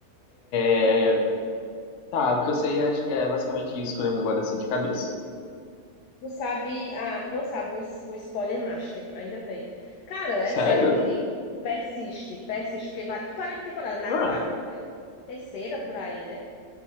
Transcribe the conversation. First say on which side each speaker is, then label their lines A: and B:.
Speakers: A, on the left; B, on the left.
A: Uhum.
B: É, tá, o que eu sei, acho que é basicamente isso que eu lembro agora, assim, de cabeça.
A: Tu sabe, ah, tu não sabe o, s- o spoiler master, ainda bem. Cara, é
B: Sério?
A: sério, eu te digo, persiste, persiste, porque vale. Tu parou em que temporada? Na
B: Ah.
A: quarta foi? Terceira por aí, né?